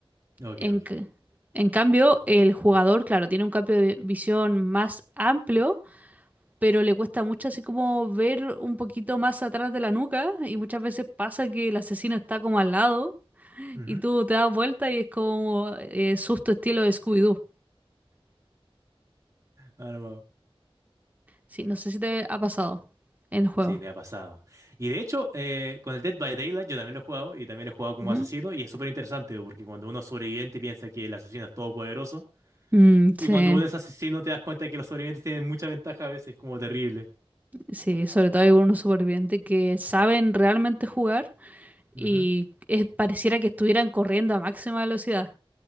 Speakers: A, on the right; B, on the right.
A: Ok,
B: En,
A: ok.
B: c- en cambio, el jugador, claro, tiene un cambio de visión más amplio, pero le cuesta mucho así como ver un poquito más atrás de la nuca y muchas veces pasa que el asesino está como al lado
A: Ujú.
B: y tú te das vuelta y es como eh, susto estilo de Scooby-Doo.
A: Ahora vamos.
B: Sí, no sé si te ha pasado en el juego.
A: Sí, me ha pasado. Y de hecho, eh, con el Dead by Daylight yo también lo he jugado y también lo he jugado como
B: Ujú.
A: asesino y es súper interesante porque cuando uno es sobreviviente piensa que el asesino es todopoderoso
B: Mm, sí,
A: y cuando uno es asesino te das cuenta que los sobrevivientes tienen mucha ventaja a veces, como terrible.
B: sí, sobre todo hay algunos supervivientes que saben realmente jugar y
A: Ujú.
B: es- pareciera que estuvieran corriendo a máxima velocidad.